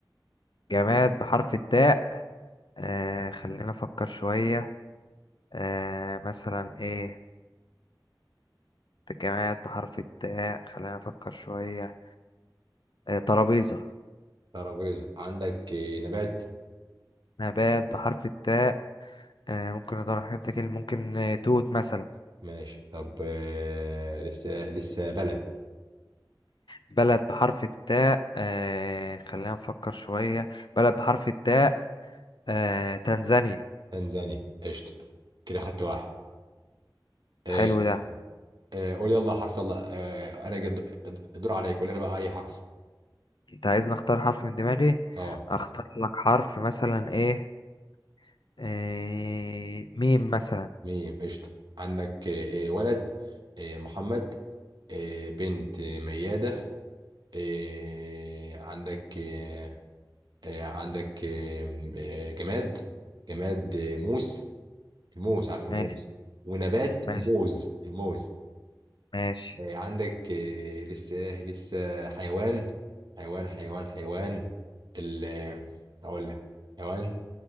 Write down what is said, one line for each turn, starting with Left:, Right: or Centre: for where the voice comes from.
Left: جماد بحرف التاء آه خلينا أفكر شوية آه مثلا إيه جماد بحرف التاء خلينا أفكر شوية آه ترابيزة
Right: ترابيزه عندك آه، نبات
Left: نبات بحرف التاء آه ممكن ندور على حاجات كده ممكن آه توت مثلا
Right: ماشي طب آه، لسه لسه بلد
Left: بلد بحرف التاء آه خلينا نفكر شوية بلد بحرف التاء آه تنزانيا
Right: تنزانيا قشطه كده خدت واحد آه،
Left: حلو ده
Right: آه قول يلا حرف يلا آه انا جد... الدور عليك قول لنا بقى اي حرف
Left: أنت عايزني أختار حرف من دماغي
Right: اه
Left: أختار لك حرف مثلا إيه آه ميم مثلا
Right: ميم قشطه عندك آه آه، ولد آه محمد آه بنت آه، مياده آه عندك آه آه، عندك آه آه، جماد جماد آه، موس الموس عارف الموس
Left: ماشي
Right: ونبات
Left: ماشي
Right: موز الموز
Left: ماشي
Right: آه عندك آه لسه لسه حيوان حيوان حيوان حيوان ال آه، اقول لك حيوان